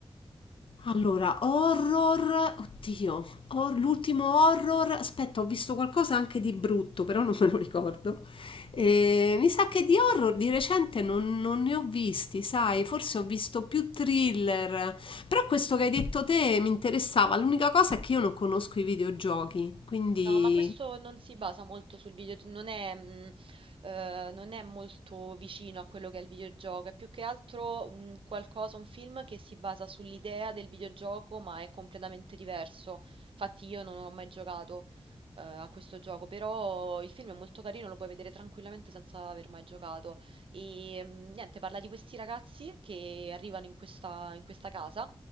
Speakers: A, on the left; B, on the right.
A: Allora, horror, oddio, hor- l'ultimo horror, aspetta, ho visto qualcosa anche di brutto, però non me lo ricordo. Eh, mi sa che di horror di recente non, non ne ho visti, sai, forse ho visto più thriller, però questo che hai detto te mi interessava. L'unica cosa è che io non conosco i videogiochi, quindi...
B: No, ma questo non si basa molto sul videogioco, non è, mh, eh, non è molto vicino a quello che è il videogioco, è più che altro un qualcosa, un film che si basa sull'idea del videogioco, ma è completamente diverso. Infatti io non ho mai giocato, eh, a questo gioco, però il film è molto carino, lo puoi vedere tranquillamente senza aver mai giocato. E mh, niente, parla di questi ragazzi che arrivano in questa in questa casa